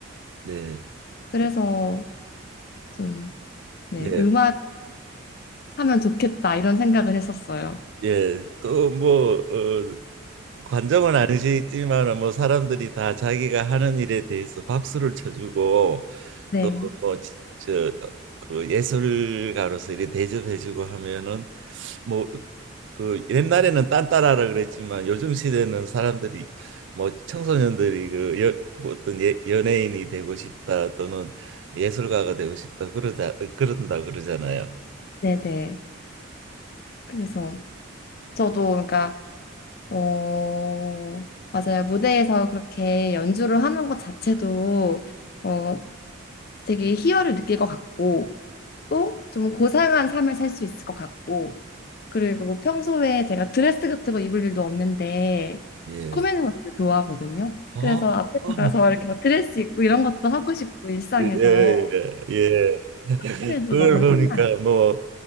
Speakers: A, on the right; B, on the left.
A: 네,
B: 그래서 좀 네,
A: 네.
B: 음악을 하면 좋겠다 이런 생각을 했었어요.
A: 예, 또 뭐, 어, 관정은 아니시지만 뭐 사람들이 다 자기가 하는 일에 대해서 박수를 쳐주고
B: 네.
A: 또뭐저그 예술가로서 이렇게 대접해주고 하면은 뭐 그 옛날에는 딴따라라 그랬지만 요즘 시대는 사람들이 뭐 청소년들이 그 여, 뭐 어떤 예, 연예인이 되고 싶다 또는 예술가가 되고 싶다 그러자 그런다 그러잖아요.
B: 네네. 그래서 저도 그러니까 어, 맞아요. 무대에서 그렇게 연주를 하는 것 자체도 어, 되게 희열을 느낄 것 같고 또 좀 고상한 삶을 살 수 있을 것 같고 그리고 평소에 제가 드레스 같은 거 입을 일도 없는데
A: 예.
B: 꾸미는 걸 되게 좋아하거든요.
A: 어?
B: 그래서 앞에
A: 어.
B: 나가서 이렇게 막 드레스 입고 이런 것도 하고 싶고 일상에서
A: 예, 예, 예. <laughs>
B: 하면 에도
A: 그걸
B: 너무
A: 보니까
B: 신나요.
A: 뭐